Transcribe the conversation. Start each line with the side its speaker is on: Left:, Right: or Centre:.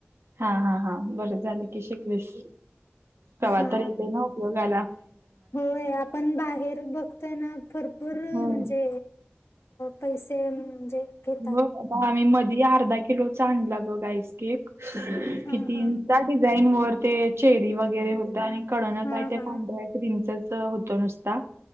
Right: हा, हा, हा. बरंच झाल की शिकविश तवा
Left: हा
Right: तर येतयं ना उपयोगा.
Left: होय. आपण बाहेर -- तर बघतोय ना, भरपूर
Right: हो.
Left: म्हणजे पैसे म्हणजे घेतात
Right: हो. आता आम्ही मधी अर्धा किलोचा आणला बघ आईसकेक
Left: हा
Right: किती
Left: हा
Right: साठ -- डिझाईन वर ते चेरी वगैरे होत आणि कडण
Left: हा
Right: काय ते
Left: हा
Right: पांढराय क्रीमचच होत नुसता